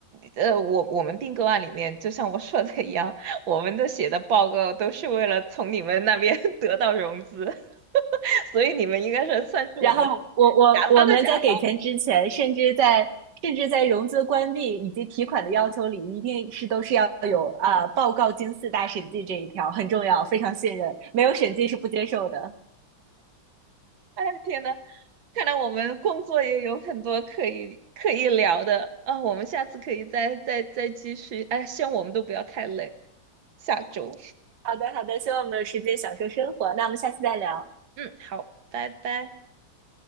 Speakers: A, on the right; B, on the right.
A: 呃，我我们并购案里面，就像我说的一样，我们的写的报告都是为了从你们那边 <laughs> 得到融资，<laughs> 所以你们应该是算是我们
B: 然后我我我们在给钱之前，
A: 甲方的甲方。
B: 甚至在甚至在融资关闭以及提款的要求里，一定是都是要有啊、报告经四大审计这一条很重要，非常信任，没有审计是不接受的。
A: 哎，天呐，看来我们工作也有很多可以可以聊的啊，我们下次可以再再再继续。哎，希望我们都不要太累。下周，
B: 好的好的，希望我们有时间享受生活，那我们下次再聊，
A: 嗯，好，拜拜。